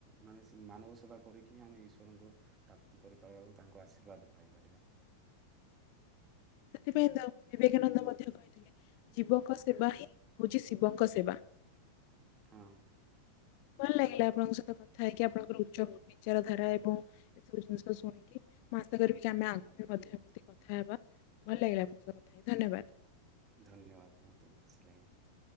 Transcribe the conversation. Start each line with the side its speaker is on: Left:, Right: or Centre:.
Right: ମାନେ ସ ମାନବ ସେବା କରିକି ହିଁ ଆମେ ଈଶ୍ୱରଙ୍କୁ ପ୍ରାପ୍ତି କରିପାରିବା ଓ ତାଙ୍କୁ ଆଶ୍ରୀର୍ବାଦ ପାଇପାରିବା।
Left: ସେଥିପାଇଁ ତ ବିବେକାନନ୍ଦ ମଧ୍ୟ କହିଥିଲେ। ଜୀବଙ୍କ ସେବା ହିଁ ହଉଛି ଶିବଙ୍କ ସେବା।
Right: ହଁ।
Left: ଭଲ ଲାଗିଲା ଆପଣଙ୍କ ସହିତ କଥା ହେଇକି ଆପଣଙ୍କର ଉଚ୍ଚ ବିଚାର ଧାରା ଏବଂ ଏସବୁ ଜିନିଷ ଶୁଣିକି ମୁଁ ଆଶା କରିବି କି ଆମେ ଆଗକୁ ବି ମଧ୍ୟ ଏମିତି କଥା ହେବା। ଭଲ ଲାଗିଲା ଆପଣଙ୍କ ସହ କଥା ହେଇକି ଧନ୍ୟବାଦ।
Right: ଧନ୍ୟବାଦ୍ ମୋତେ ବି ଖୁସି ଲାଗିଲା।